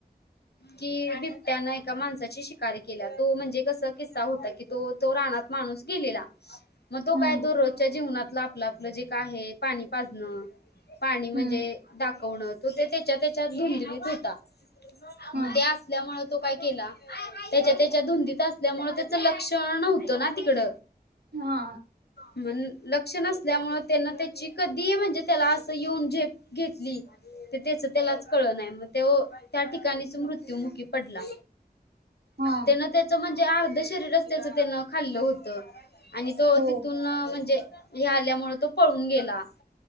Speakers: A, on the right; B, on the left.
A: ह <unintelligible> <inaudible>
B: कि बिबट्यानं एका माणसाची शिकारी केल्या तो म्हणजे कसा किस्सा होता की तो, तो रानात माणूस गेलेला मग तो
A: हम्म
B: काय दररोजच्या जीवनातलं आपलं आपलं जे काय आहे पाणी पाजणं पाणी म्हणजे
A: हम्म
B: दाखवणं तो ते त्याच्या त्याच्या धुंदळीत होता.
A: हा
B: मग ते असल्यामुळे. तो काय केला, त्याच्या त्याच्या धुंदीत असल्यामुळे त्याचं लक्षण नव्हतं ना तिकड.
A: हा.
B: म्हण लक्ष नसल्यामुळे त्यांना ते चिक <inaudible> दि <inaudible> म्हणजे त्याला असं येऊन जे घेतली. ते त्याच त्यालाच कळ नाही मग <inaudible> ते त्या ठिकाणीच मृत्युमुखी पडला.
A: हा
B: त्यान त्याच म्हणजे अर्ध शरीरच त्याचं त्यानं खाल्लं होतं. आणि तो
A: हो
B: तिथून म्हणजे हे, आल्यामुळे तो पळून गेला.